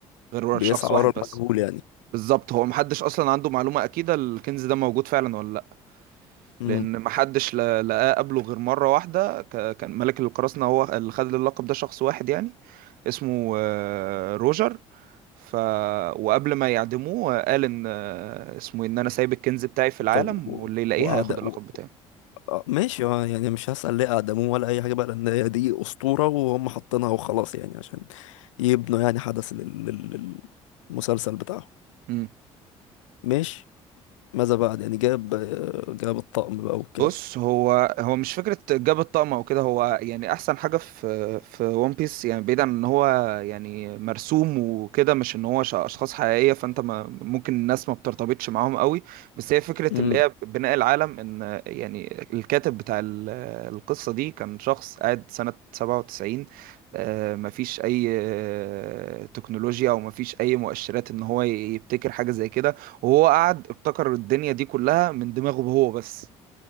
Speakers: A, on the right; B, on the left.
A: غير
B: بيسعى
A: شخص واحد
B: ورا
A: بس
B: المجهول يعني
A: بالظبط هو محدش اصلا عنده معلومة اكيدة الكنز ده موجود فعلا ولا لا
B: امم
A: لان محدش لا- لقاه قبله غير مرة واحدة ك- كان ملك القراصنة هو اللي خد اللقب ده شخص واحد يعني اسمه آه، روجر ف وقبل ما يعدموه قال ان آه، اسمه إيه، ان انا سايب الكنز بتاعي في العالم
B: طب و-
A: واللي يلاقيه
B: وأعداء
A: هياخد اللقب بتاعي
B: آه، ماشي آه، يعني مش هسأل ليه أقدموه ولا أي حاجة بقى لأن هي دي أسطورة وهم حاطينها وخلاص يعني عشان يبنوا يعني حدث لل- لل- للمسلسل بتاعهم
A: مم.
B: ماشي ماذا بعد يعني جاب آه، جاب الطقم بقى وكده
A: بص هو هو مش فكرة جاب الطقم او كده هو يعني احسن حاجة في في ون بيس يعني بعيدا عن ان هو يعني مرسوم وكده مش ان هو ش- اشخاص حقيقية فانت ما ممكن الناس ما بترتبطش معاهم قوي بس هي فكرة
B: امم
A: اللي هي بناء العالم ان يعني الكاتب بتاع ال- القصة دي كان شخص قاعد سنة 97 آه، مفيش اي آه، تكنولوجيا او مفيش اي مؤشرات ان هو ي- يبتكر حاجة زي كده وهو قعد ابتكر الدنيا دي كلها من دماغه هو بس